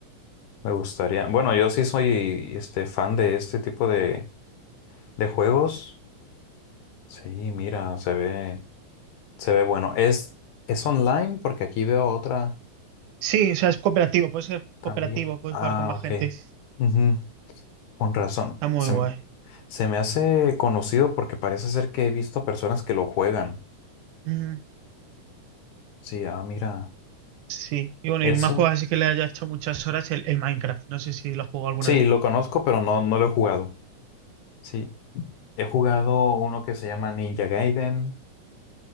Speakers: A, on the left (about 75°); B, on the right (about 80°).
A: Me gustaría. Bueno, yo sí soy este fan de este tipo de, de juegos. Sí, mira, se ve, se ve bueno. Es, es online porque aquí veo otra
B: Sí, o sea, es cooperativo, puedes ser
A: también.
B: cooperativo, puedes
A: Ah,
B: jugar con más
A: ok.
B: gente.
A: Ujú, Con razón.
B: Está muy
A: Se,
B: guay.
A: m- se me hace conocido porque parece ser que he visto a personas que lo juegan.
B: Mm,
A: Sí, ah, mira.
B: sí, y bueno,
A: Eso.
B: y más juegos así que le haya hecho muchas horas el, el Minecraft. No sé si lo has jugado alguna
A: Sí,
B: vez
A: lo
B: tú.
A: conozco, pero no, no lo he jugado. Sí. He jugado uno que se llama Ninja Gaiden.